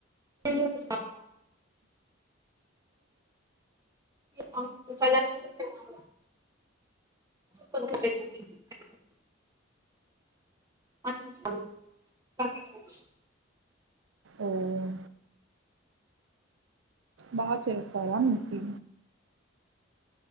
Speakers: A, on the right (about 20°); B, on the right (about 85°).
A: తె <unintelligible> జ <unintelligible> కొ <unintelligible> అ <unintelligible>
B: ఓహ్! బాగా చేస్తారా మీకి